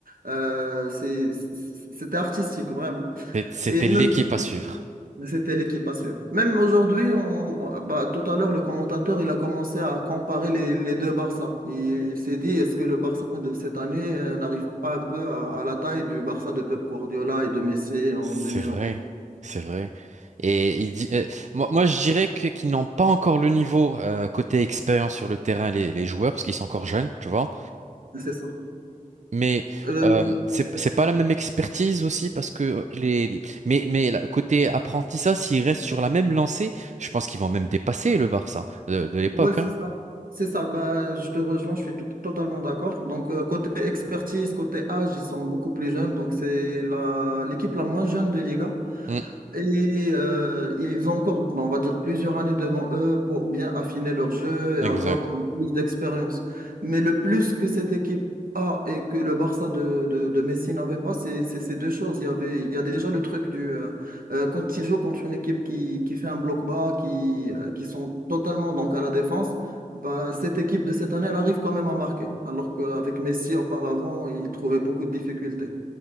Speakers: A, on the right (about 85°); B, on the right (about 55°).
A: euh, c'est- c'est- c'était artistique, vraiment.
B: C'est- c'était
A: Et même,
B: l'équipe à suivre.
A: C'était l'équipe à suivre. Même aujourd'hui, on, on- bah, tout à l'heure, le commentateur, il a commencé à comparer les, les deux Barça. Il s'est dit, est-ce que le Barça de cette année euh, n'arrive pas un peu à, à la taille du Barça de Pep Guardiola et de Messi en
B: C'est
A: 2011?
B: vrai, c'est vrai. Et il dit, euh, moi, moi, je dirais que- qu'ils n'ont pas encore le niveau euh, côté expérience sur le terrain, les, les joueurs, parce qu'ils sont encore jeunes, tu vois.
A: C'est ça.
B: Mais
A: Euh,
B: euh, c'est c'est pas la même expertise aussi, parce que les. Mais, mais la- côté apprentissage, s'ils restent sur la même lancée, je pense qu'ils vont même dépasser le Barça de, de l'époque,
A: ouais, c'est
B: hein.
A: ça. C'est ça. Bah, je te rejoins, je suis tout- totalement d'accord. Donc, euh, côté expertise, côté âge, ils sont beaucoup plus jeunes. Donc, c'est la, l'équipe la moins jeune de Liga.
B: Mm,
A: Et euh, ils ont encore, on va dire, plusieurs années devant eux pour bien affiner leur jeu et
B: exact.
A: avoir donc, plus d'expérience. Mais le plus que cette équipe a et que le Barça de, de, de Messi n'avait pas, c'est c'est ces deux choses. Il y avait, il y a déjà le truc du... euh, euh, quand ils jouent contre une équipe qui, qui fait un bloc bas, qui, euh, qui sont totalement donc à la défense, bah, cette équipe de cette année, elle arrive quand même à marquer. Alors qu'avec Messi, auparavant, il trouvait beaucoup de difficultés.